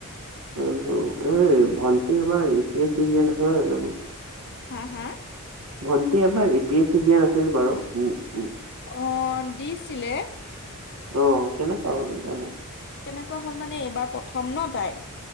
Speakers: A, on the right; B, on the left.
A: এই ভণ্টি আমাৰ ইউপিয়েচি দিয়া নাছিলে জানোঁ।
B: হা, হা
A: ভণ্টি এবাৰ উ পি এছ চি দিয়া নাছিল বাৰু উ
B: অ' দিছিলে
A: অ', কেনেকা হ'ল <unintelligible>
B: কেনেকুৱা হ'ল মানে এইবাৰ প্ৰথম ন তাই